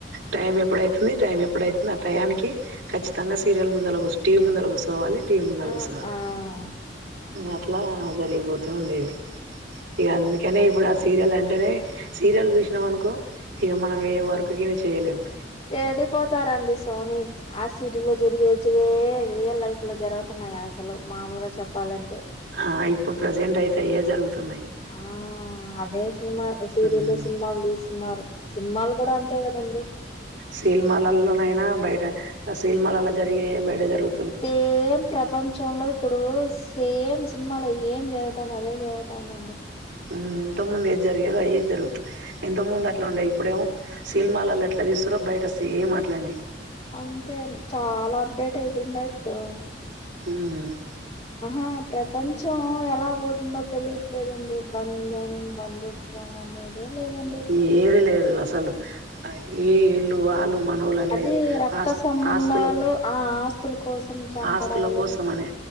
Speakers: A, on the right; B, on the left.
A: టైం ఎప్పుడైతుంది, టైం ఎప్పుడైతుంది, ఆ టయానికి ఖచ్చితంగా సీరియల్ ముందు అలా కూచో టీవీ ముందల కూసోవాలి టీవీ ముందల
B: ఆ
A: కూసోవాల
B: ఆ
A: నేను అట్లా జరిగిపోతూ ఉండేది, ఇక అందుకనే ఇప్పుడు అస సీరియల్ అంటేనే, సీరియల్ చూసినాం అనుకో ఇక మనం ఏ వర్కుగిని చేయలేము.
B: చెడిపోతారండి స్వామి, ఆ సిరియల్లో జరిగేటివే రియల్ లైఫ్ లో జరుగుతున్నాయా అసలు, మామూలుగా చెప్పాలంటే
A: ఆ ఇప్పుడు ప్రజెంట్ అయితే అయ్యే జరుగుతున్నాయి.
B: ఆ అదే సినిమా, సీరియళ్ళు
A: ఉమ్
B: సినిమాలు తీస్తున్నారు, సినిమాలు కూడా అంతే కదండి.
A: సినిమాలల్లోనైనా బయట, సినిమాలల్లో జరిగేయే బయట జరుగు
B: సేమ్ ప్రపంచంలో ఇప్పుడు సేమ్ సినిమాలో ఏం జరుగుతాందో అదే జరుగుతాందండి.
A: ఉమ్ ఇంతకు ముందు ఏది జరిగేదో, అయ్యే జరుగుతున్నాయి. ఇంతకు ముందు అట్లా ఉండేయి, ఇప్పుడేమో సినిమాలలో ఎట్లా తీస్తరో బయట సేమ్ అట్లనే
B: అంతే, చాలా అప్డేట్ అయిపోయుండాయి ఇప్పుడు.
A: ఉమ్
B: ఆహా, ప్రపంచం ఎలా పోతుందో తెలీట్లేదండి, బంధం బంధుత్వం అనేది అదేం లేదండి ఇప్పుడు
A: ఏది లేదు అసలు, ఈళ్ళు వాళ్లు మనోళ్లని
B: అది
A: లేదు,
B: రక్త
A: ఆస్తు
B: సంబంధాలు
A: ఆస్తుల
B: ఆ ఆస్తుల కోసం చంపడాలు
A: ఆస్తుల కోసం అనే